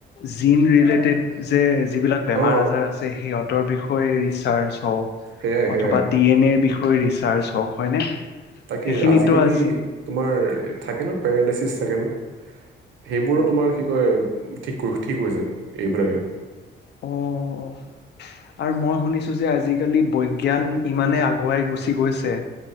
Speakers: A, on the left (about 60°); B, on the right (about 75°).
A: জিন ৰিলেটেড যে যিবিলাক বেমাৰ-আজাৰ
B: অ
A: আছে সিহঁত তৰ বিষয়ে ৰিচাৰ্জ অঁ,
B: সেয়াই সেয়াই
A: অথবা ডি এন এৰ বিষয়ে ৰিচাৰ্জ হওঁক হয়নে।
B: তাকে
A: সেইখিনিতো
B: আজিকালি
A: আজি
B: তোমাৰ থাকে ন, পেৰালাইচিছ থাকে ন। সেইবোৰো তোমাৰ কি কয় ঠিক ঠিক হৈ যায় এইবিলাকে।
A: অ'। আৰু মই শুনিছো যে আজিকালি বৈজ্ঞান ইমানেই আগুৱাই গুচি গৈছে।